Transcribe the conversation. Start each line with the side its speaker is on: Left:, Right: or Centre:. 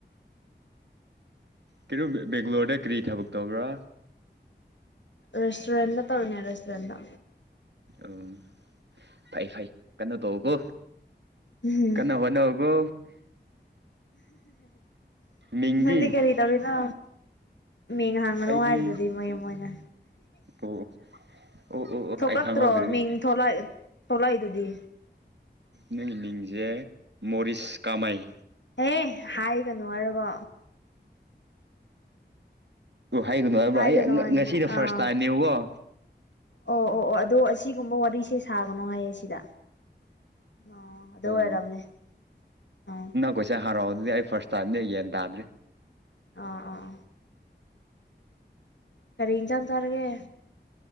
Right: ꯀꯩꯅꯣ ꯕꯦꯡꯒ꯭ꯂꯣꯔꯗ ꯀꯔꯤ ꯊꯕꯛ ꯇꯧꯕ꯭ꯔꯥ
Left: ꯔꯦꯁꯇꯣꯔꯦꯟꯗ ꯇꯔꯅꯦ ꯔꯦꯁꯇꯣꯔꯦꯟꯗ
Right: ꯎꯝ ꯐꯩ ꯐꯩ ꯀꯩꯅꯣ ꯇꯧꯀꯣ
Left: ꯎꯝ
Right: ꯀꯅ ꯍꯣꯅꯦ ꯍꯒꯣ ꯃꯤꯡꯗꯤ
Left: ꯅꯪꯦ ꯀꯔꯤꯗꯕꯔꯤꯅ ꯃꯤꯡ ꯍꯥꯡꯉꯅꯨ
Right: ꯑꯩꯗꯤ
Left: ꯍꯥꯏꯔꯗꯤ ꯃꯣꯏ ꯑꯣꯏꯅ
Right: ꯑꯣ ꯑꯣ ꯑꯣ ꯑꯣ
Left: ꯊꯣꯛꯂꯛꯇ꯭ꯔꯣ
Right: ꯑꯩ ꯈꯪꯍꯧꯗ꯭ꯔꯦꯅꯦ
Left: ꯃꯤꯡ ꯊꯣꯛꯂꯛꯏꯗꯨꯗꯤ
Right: ꯅꯪ ꯃꯤꯡꯖꯦ ꯃꯔꯤꯁ ꯀꯃꯥꯏ
Left: ꯑꯦ ꯍꯥꯏꯒꯅꯣ ꯍꯥꯏꯔꯕꯣ
Right: ꯑꯣ ꯍꯥꯏꯒꯅꯨ ꯍꯥꯏꯕ꯭ꯔꯣ
Left: ꯍꯥꯏꯒꯅꯣ
Right: ꯑꯩ ꯉꯁꯤꯅ
Left: ꯑꯥ
Right: ꯐꯥꯔꯁ ꯇꯥꯏꯝꯅꯦꯕꯀꯣ
Left: ꯑꯣ ꯑꯣ ꯑꯣ ꯑꯗꯣ ꯑꯁꯤꯒꯨꯝꯕ ꯋꯥꯔꯤꯁꯦ ꯁꯥꯒꯅꯣ ꯍꯥꯏꯌꯦ ꯁꯤꯗ ꯑ ꯑꯗꯨ
Right: ꯑꯣ
Left: ꯑꯣꯏꯔꯝꯅꯦ ꯑꯥ
Right: ꯑꯩꯈꯣꯏꯁꯥꯛ ꯍꯔꯥꯎꯗꯗꯤ ꯑꯩ ꯐꯥꯔꯁ ꯇꯥꯅꯤꯅꯦ ꯑꯩ ꯌꯦꯟ ꯇꯥꯗ꯭ꯔꯤ
Left: ꯑꯥ ꯑꯥ ꯈꯔꯤ ꯏꯖꯪ ꯇꯥꯔꯒꯦ